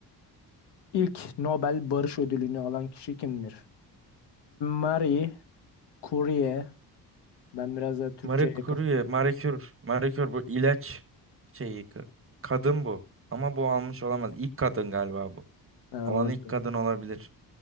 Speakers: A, on the left; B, on the right.
A: İlk Nobel Barış Ödülünü alan kişi kimdir? Marie Curie. Ben biraz da Türkçe'ye
B: Marie Curie,
A: yakın.
B: Marie Curie, Marie Curie bu ilaç şeyi. ka- Kadın bu. Ama bu almış olamaz. İlk kadın galiba bu.
A: Ha,
B: Alan
A: olabilir.
B: ilk kadın olabilir.